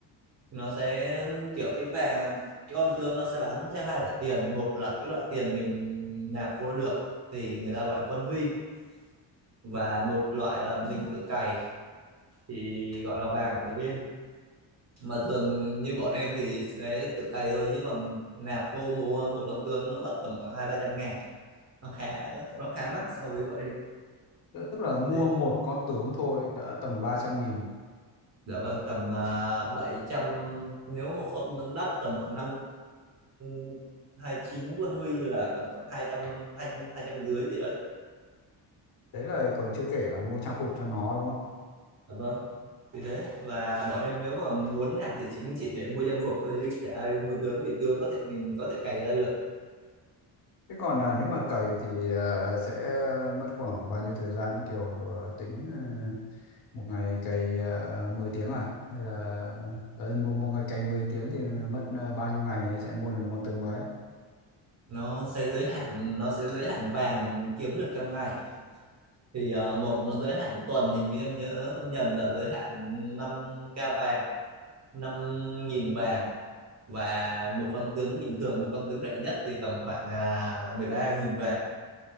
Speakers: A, on the right; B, on the left.
A: nó sẽ kiểu cái vàng cái con tương nó sẽ bán theo hai loại tiền một là cái loại tiền mình nạp vô được thì người ta gọi là quân huy và một loại là mình tự cày thì gọi là vàng của game mà thường như bọn em thì sẽ tự cày thôi chứ còn nạp vô mua một con tương nó mất tầm khoảng hai ba trăm ngàn nó khá nó khá mắc so với bọn em
B: Tức tức là mua
A: như thế
B: một con tướng thôi đã tầm 300 nghìn.
A: dạ vâng tầm uh, bảy trăm nếu một con tương đắt tầm khoảng 500 chín quân huy là tầm khoảng hai hai trăm hai trăm hai trăm dưới gì đấy
B: Đấy là còn chưa kể là mua trang phục cho nó đúng không?
A: dạ vâng thì thế và bọn em nếu mà muốn nạp thì chúng chỉ để mua trang phục thôi chứ chả ai mua tướng vì tướng có thể mình có thể cày ra được
B: Thế còn à, nếu mà cày thì à, sẽ mất khoảng bao nhiêu thời gian kiểu à, tính à, một ngày cày uh, 10 tiếng à hay là ờ, một, một ngày cày 10 tiếng thì mất à, bao nhiêu ngày sẽ mua được một con tướng mới.
A: nó sẽ giới hạn nó sẽ giới hạn vàng kiếm được trong ngày thì ờ, một nó giới hạn tuần hình như em nhớ không nhầm là giới hạn năm k vàng năm nghìn vàng và một con tướng bình thường một con tướng rẻ nhất thì tầm khoảng à, 13.000 vàng